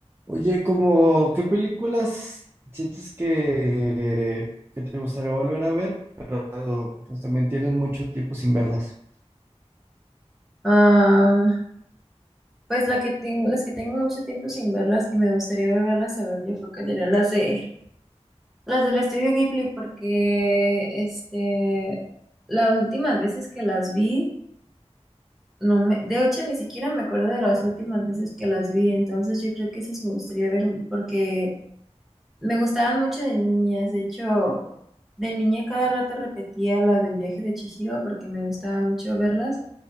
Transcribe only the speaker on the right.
Oye, como, ¿qué películas sientes que, que te gustaría volver a ver, pero pues también tienes mucho tiempo sin verlas?